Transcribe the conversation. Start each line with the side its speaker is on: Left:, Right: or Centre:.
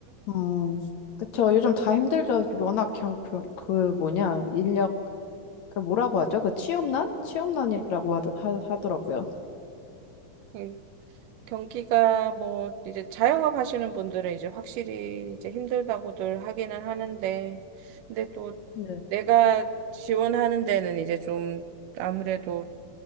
Left: 음, 그쵸. 요즘 다 힘들죠. 워낙 겨- 그, 그 뭐냐, 인력, 그 뭐라고 하죠? 그 취업난? 취업난이라고 하, 하, 하더라고요.
Right: 음, 경기가 뭐, 이제 자영업 하시는 분들은 이제 확실히 이제 힘들다고들 하기는 하는데, 근데 또
Left: 네.
Right: 내가 지원하는 데는 이제 좀 아무래도